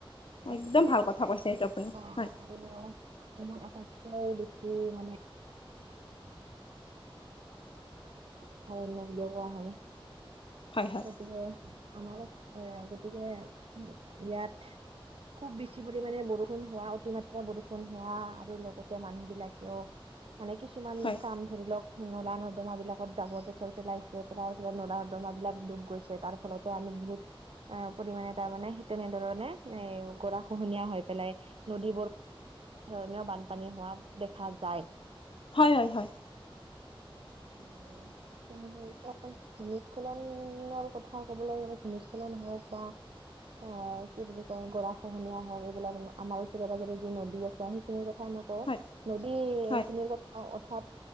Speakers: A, on the right; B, on the left.
A: গতিকে
B: একদম ভাল কথা কৈছে এইটো আপুনি।
A: আহ
B: হয়
A: আৰু অসমত আটাইতকৈ বেছি মানে <unintelligible> বুলিও কোৱা হয়।
B: হয় হয়
A: গতিকে আমাৰো এ গতিকে ইয়াত খুব বেছি পৰিমাণে বৰষুণ হোৱা অতিমাত্ৰা বৰষুণ হোৱা আৰু লগতে মানুহ বিলাকেও মানে কিছুমান
B: হয়
A: কাম ধৰি লওক নলা-নৰ্দমা বিলাকত জাবৰ-জোথৰ পেলাইছে, তাৰফলত নলা-নৰ্দমা বিলাক ডুব গৈছে তাৰ ফলতে আমি বহুত অ', পৰিমাণে তাৰমানে তেনেধৰণে এ গৰা খহনীয়া হৈ পেলাই নদীবোৰ ধৰণীয় বানপানী হোৱা দেখা যায়।
B: হয়, হয়, হয়। <inaudible>
A: আৰু <unintelligible> ভূমিস্খলনৰ কথা ক'বলৈ গ'লে ভূমিস্খলন হওক বা এ কি বুলি কয় গৰা খহনীয়া হওক এইবিলাক আমাৰ ওচৰে পাজৰে যি নদী আছে সেই কথাই মই
B: হয়
A: কওঁ নদী
B: হয়
A: খিনিৰ কথা অৰ্থাৎ